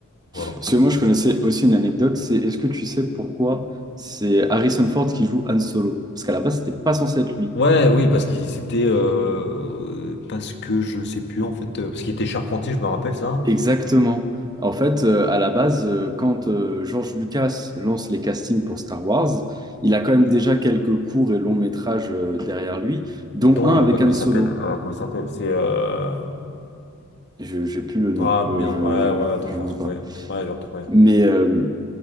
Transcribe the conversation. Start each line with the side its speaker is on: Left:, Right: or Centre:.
Left: Voilà.
Right: Parce que moi, je connaissais aussi une anecdote, c'est est-ce que tu sais pourquoi c'est Harrison Ford qui joue Han Solo? Parce qu'à la base, c'était pas censé être lui.
Left: Ouais, oui, parce qu'il c'était euh, parce que je sais plus en fait, euh, parce qu'il était charpentier, je me rappelle ça. hein.
Right: Exactement. En fait, euh, à la base, euh, quand euh, George Lucas lance les castings pour Star Wars, il a quand même déjà quelques courts et longs métrages euh, derrière lui, dont
Left: Dont
Right: un avec
Left: euh, bah, comment
Right: Han
Left: il
Right: Solo.
Left: s'appelle, euh, comment il s'appelle, c'est euh,
Right: Je n'ai plus le nom,
Left: ah merde,
Right: euh, je
Left: ouais, ouais,
Right: je-
Left: attends,
Right: je
Left: je
Right: n'en
Left: vais retrouver,
Right: vois pas.
Left: ouais, je vais retrouver.
Right: Mais, euh,